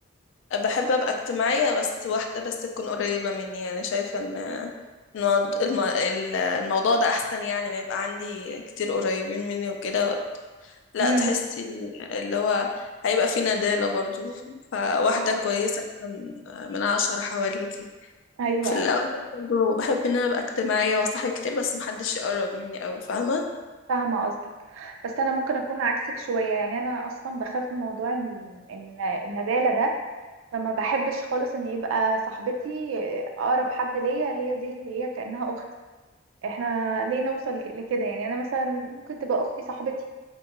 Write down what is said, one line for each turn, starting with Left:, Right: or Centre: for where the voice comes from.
Left: بحب أبقى اجتماعية بس واحدة بس تكون قريبة مني يعني شايفة إن إن الموض- الم- ال- الموضوع ده أحسن يعني ما يبقى عندي كتير قريبين مني وكده لا
Right: امم
Left: تحسي اللي هو هيبقى في ندالة برضو فواحدة
Right: اه
Left: كويسة من من عشرة حواليكي
Right: ايوه
Left: وفي الأول
Right: ايوه
Left: برضو بحب إن أنا أبقى اجتماعية وأصاحب كتير بس محدش يقرب مني أوي فاهمة
Right: فاهمة قصدك بس أنا ممكن أكون عكسك شوية يعني أنا أصلا بخاف من موضوع ال- إن الندالة ده فما بحبش خالص إن يبقى صاحبتي أقرب حد ليا هي دي اللي هي كأنها أختي احنا ليه نوصل لك- لكده يعني أنا مثلا ممكن تبقى أختي صاحبتي